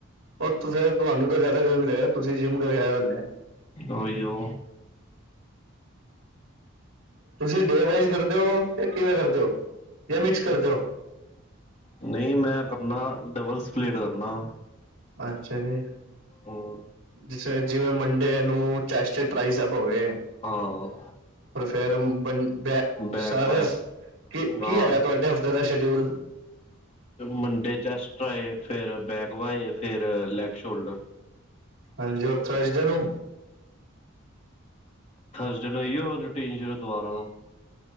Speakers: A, on the right; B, on the left.
A: ਉਹ ਤੁਸੀ ਤੁਹਾਨੂੰ ਤਾਂ ਜ਼ਿਆਦਾ ਗਰਮੀ ਲੱਗ ਦੀ ਤੁਸੀਂ ਜਿੰਮ ਕਰਕੇ ਆਏ ਹੋ ਹਲੇ।
B: ਓਈ ਓ,
A: ਤੁਸੀਂ ਡੇ ਵਾਈਜ਼ ਕਰਦੇ ਓ ਜਾਂ ਕਿਵੇਂ ਕਰਦੇ ਓ ਜਾਂ ਮਿਕਸ ਕਰਦੇ ਓ?
B: ਨਹੀਂ ਮੈਂ ਕਰਨਾ ਡਬਲ ਸਪਲੇਟ ਕਰਨਾ।
A: ਅੱਛਾ ਜੀ।
B: ਹਮ,
A: ਜਿਸਲੇ ਜਿਵੇਂ ਮੰਡੇ ਨੂੰ ਚੈਸਟ ਟਾ੍ਈਸੇਪ ਹੋਗੇ,
B: ਹਾਂ।
A: ਪਰ ਫੇਰ ਬ ਬੇ
B: ਬੈਕ
A: ਸਾਰੇ
B: ਵਾਇਸ
A: ਕੀ ਕੀ
B: ਹਾਂ
A: ਹੈਗਾ ਤੁਹਾਡੇ ਤੇਰਾ ਸ਼ੀਡਿਊਲ।
B: ਮੰਡੇ ਚੈਸਟ ਟਾ੍ਇ ਫੇਰ ਬੈਕ ਵਏ ਫੇਰ ਲੈਗ ਸ਼ੋਲਡਰ।
A: ਹਾਂਜੀ ਹੁਨ ਥਰਸਡੇ ਨੂੰ
B: ਥਰਸਡੇ ਨੂੰ ਆਇਓ ਰੂਟੀਨ ਸ਼ੁਰੂ ਦੁਬਾਰਾ ਤੋਂ।